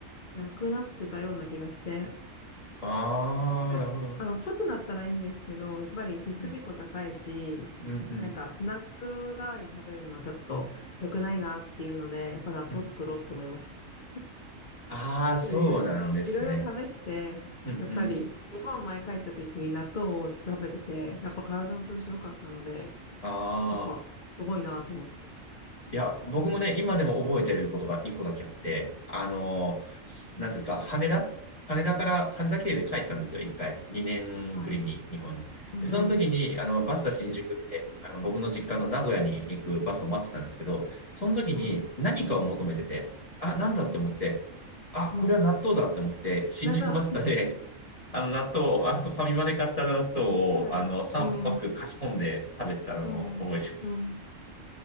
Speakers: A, on the left; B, on the left.
A: なくなってたような気がして、
B: ああ、
A: なんかやっあの、
B: なるほど。
A: ちょっとなったらいいんですけど、やっぱり脂質結構高いし、
B: うん。うんうん。
A: なんかスナック代わりに食べるのはちょっと良くないなっていうので、やっぱ納豆作ろうって思いました。
B: うん。ああ、そうなんですね。
A: そういろいろ、いろいろ試して、
B: うんうん。
A: やっぱり日本前帰った時に納豆を食べてて、やっぱ体の調子良かったので、
B: ああ、
A: やっぱすごいなと思って。
B: いや、僕もね、今でも覚えてることが一個だけあって、あのすなんていうんですか、羽田羽田から、羽田経由で帰ったんですよ、一回。2年ぶりに、
A: はい。
B: 日本に。
A: うん。
B: で、その時に、あの、バスタ新宿で、あの、僕の実家の名古屋に行くバスを待ってたんですけど、その時に何かを求めてて、
A: はい。
B: あ、なんだって思って、
A: うん。
B: あ、
A: うん。
B: これは納豆だって思って、新宿バスタで、
A: 納豆。<laughs>
B: <laughs> あの、納豆を、あの、ファミマで買った納豆を、
A: はい。
B: あの、3パック書き込んで食べてたのを覚えてます。
A: うん。うん。うん。